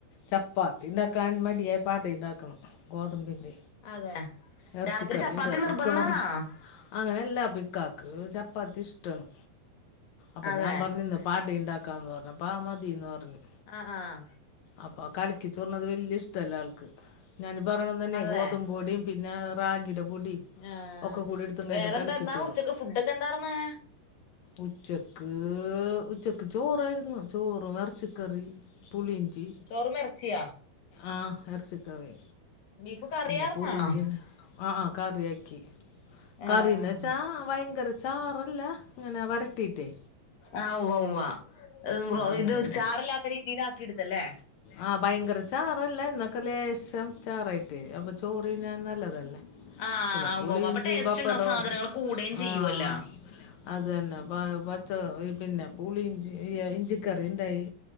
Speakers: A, on the left; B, on the left.
A: ചപ്പാത്തി ഉണ്ടാക്കാൻ മടിയായപ അട ഉണ്ടാക്കണം ഗോതമ്പിന്റെ
B: അതെ
A: എറച്ചിക്കറിണ്ട്
B: രാത്രി ചപ്പാത്തി
A: അപ്പൊ
B: നിർബന്ധാണാ
A: ഇക്ക പറഞ്ഞ അങ്ങനെ ല്ല പിക്കാക്ക് ചപ്പാത്തി ഇഷ്ടമാണ് അപ്പം
B: അതെ
A: ഞാൻ പറഞ്ഞ് ഇന്ന് അട ഉണ്ടാക്കാന് ക്കാന്ന് പറഞ്ഞപ്പാ അത് മതിന്ന് പറഞ്ഞു
B: ആഹ ആഹ
A: അപ്പൊ കലക്കി ചുട്ന്നത് വല്യ ഇഷ്ടല്ല ആൾക്ക് ഞാനി പറണം തന്നെ
B: അതെ
A: ഗോതമ്പും പൊടിയും പിന്നെ റാഗിടെ പൊടിയും
B: ആ
A: ഒക്കെ കൂടി എടുത്ത്
B: വേറെന്താ
A: കലക്കി
B: എന്നാന്ന്
A: ചുട്ടു
B: ഉച്ചക്ക് ഫുഡൊക്കെ എന്താർന്ന്
A: ഉച്ചക്ക് ഉച്ചക്ക് ചോറായിരുന്നു ചോറ് ഇറച്ചിക്കറി പുളിഞ്ചി
B: ചോറുമിറച്ചിയ
A: ആ ഇറച്ചിക്കറി
B: ബീഫ് കറിയാർന്നാ
A: പിന്നെ പുളി ആഹ് കറിയാക്കി കറീന്നചാ
B: ആ
A: ഭയങ്കര ചാറല്ല ഇങ്ങനെ വരട്ടീട്ടേ
B: ആ് ഉവ്വ ഉവ്വാ
A: അങ്ങനെ
B: ഇത് ചാറല്ലാത്ത രീതിൽ ആക്കിടുത്തല്ലേ
A: ആഹ ഭയങ്കര ചാറല്ല എന്നൊക്കെ ലേശം ചാറായിട്ട് അപ്പൊ ചോറ് തിന്നാൻ നല്ലതല്ലേ
B: ആഹ്
A: പിന്നെ പുളി
B: ഉവ്വ ഉവ്വ അപ്പൊ
A: ഇഞ്ചി
B: ടേസ്റ്റ്
A: പപ്പടം
B: ഉണ്ടാവും സാധനങ്ങൾ കൂടുകയും ചെയ്യുവല്ലോ
A: ആഹ ആഹ അതന്നെ പ പച്ച പിന്നെ പൂളി ഇഞ്ചിഈ ഇഞ്ചിക്കറി ഉണ്ടായി